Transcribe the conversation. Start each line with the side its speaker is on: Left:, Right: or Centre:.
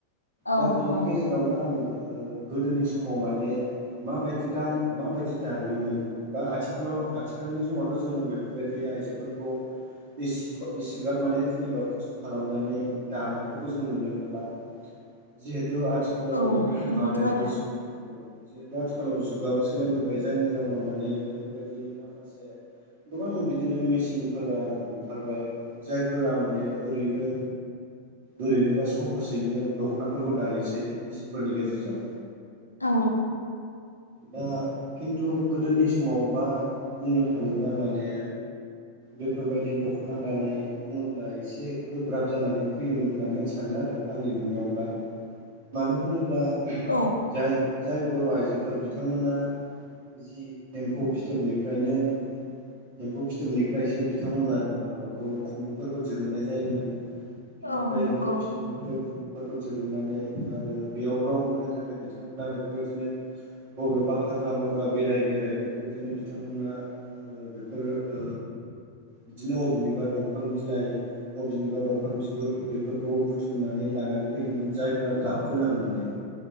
Left: औ
Right: दा बिनि
Left: औ
Right: गेजेरावनो आं ओ गोदोनि समाव माने माबायदि गान माबायदि दायोमोन बा आथिखालाव आथिखालनि समावथ' जोङो बेफोरबायदि आइजोफोरखौ एसि एसिग्राब माने जेनेबा खस्थ' खालामनानै दानायफोरखौ जों नुनो थांला जिहेथु आथिखालाव
Left: औ नंगौथ'
Right: माबायाबो
Left: आरो
Right: जि ओ जिहेथु आथिखालाव जुग खुगाबो सोलायबोबाय जायनि जाउनाव माने बेफोरबायदि माखासे गोबां बिदिनो मेचिनफोरा ओंखारबाय जायफोरा माने ओरैनो ओरैनो बा सहसयैनो दख'नाफोरखौ दायोसै मेचिनफोरनि गेजेरजों
Left: औ
Right: दा खिन्थु गोदोनि समाव बा बुंनो थाङोबा माने बेफोरबायदि दख'ना दानाय बुङोब्ला एसे गोब्राब जानानै फैयोमोन होननानै आं सानो आर रो आंनि नुनायावब्ला मानो होनोब्ला
Left: औ
Right: जाय जाय बर' आइजो फोर बिथांमोना जि एम्फौ फिथोबनिफ्रायनो एम्फौ फिथोबनिफ्रायसो बिथांमोना माबाखौ खुन्दुंफोरखौ दिरुननाय जायोमोन
Left: औ
Right: बिनिफ्राय
Left: नंगौ
Right: एम्फौ फिथोबनिफ्राय खुन्दुं फोरखौ दिरुननानै आरो बेयाव रं होनो थाखाय बिथांमोना बेफोरबायदिनो बबेबा हाग्रा बंग्रा बेराय बेराय बेफोरबायदिनो बिथांमोना ओ बेफोर ओ
Left: <unintelligible>
Right: बिदिनो अबेनिबा दंफां बिलाइ अबेनिबा दंफां बिगुर बेफोरखौ बुथुमनानै लानानै नै फैयोमोन जायफ्रा गाब गोनां माने